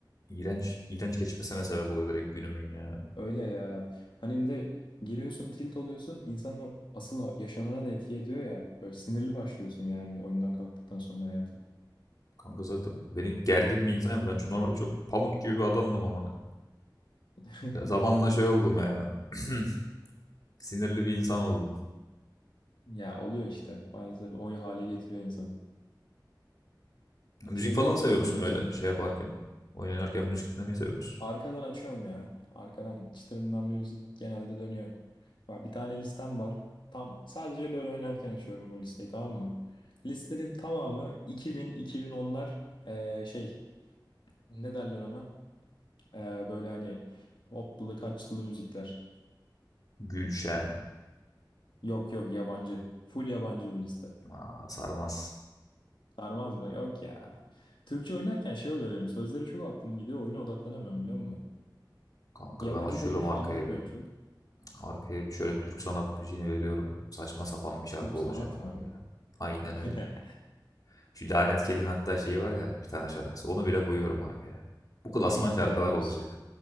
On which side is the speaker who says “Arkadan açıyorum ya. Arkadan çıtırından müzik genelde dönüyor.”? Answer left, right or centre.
Left